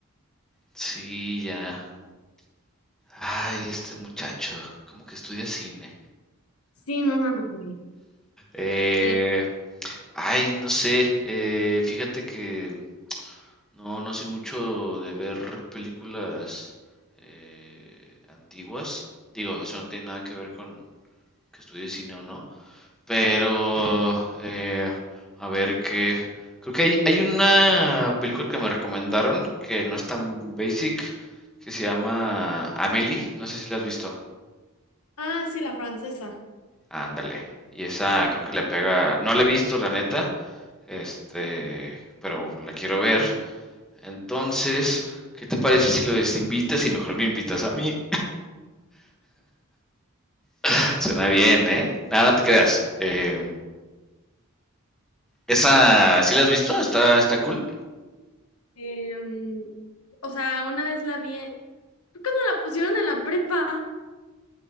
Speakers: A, in the centre; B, on the left (about 80°).
A: Sí, ya Ay, este muchacho, ¿cómo que estudia cine?
B: Sí, no mames. güey.
A: Eh,
B: De-
A: ay, no sé, eh, fíjate que no, no soy mucho de ver películas eh, antiguas. Digo, eso no tiene nada que ver con que estudie cine o no. Pero, eh, a ver qué. Creo que hay, hay una película que me recomendaron que no es tan basic, que se llama Amelie. No sé si la has visto.
B: Ah, sí, la francesa.
A: Ándale. Y esa creo que le pega. No la he visto, la neta. Este, pero la quiero ver. Entonces, ¿qué te parece si lo desinvitas y mejor me invitas a mí? <laughs> Suena bien, ¿eh? Nada, no te creas. Eh, esa, ¿sí la has visto? Está, está cool.
B: Em, o sea, una vez la vi, creo que nos la pusieron en la prepa.